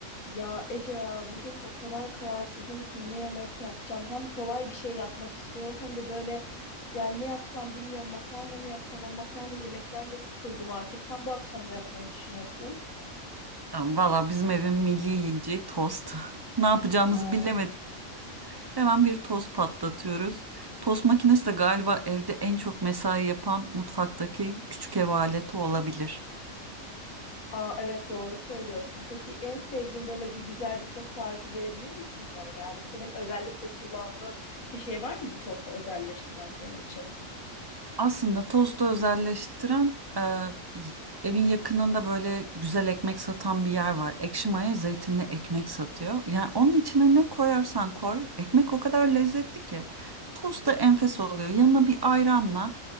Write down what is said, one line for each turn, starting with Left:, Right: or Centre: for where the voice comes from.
Left: Ya Ece ya bugün o kadar kararsızım ki ne yemek yapacağım. Hem kolay bir şey yapmak istiyorum hem de böyle ya ne yapsam bilmiyorum makarna mı yapsam ama makarna yemekten de sıkıldım artık. Sen bu akşam da yapmayı düşünüyorsun.
Right: Tamam, Valla bizim evin milli yiyeceği tost. <laughs> Ne yapacağımızı
Left: Aa,
Right: bilemedik. Hemen bir tost patlatıyoruz. Tost makinesi de galiba evde en çok mesai yapan mutfaktaki küçük ev aleti olabilir.
Left: aa, evet doğru söylüyorsun. Peki en sevdiğin böyle bir güzel bir tost tarifi verebilir misin bana? Yani senin özellikle kullandığın bir şey var mı bu tosta özelleştiren senin için?
Right: Aslında tostu özelleştiren e, y- evin yakınında böyle güzel ekmek satan bir yer var. Ekşi maya zeytinli ekmek satıyor. Yani onun içine ne koyarsan koy ekmek o kadar lezzetli ki. Tost da enfes oluyor. Yanına bir ayranla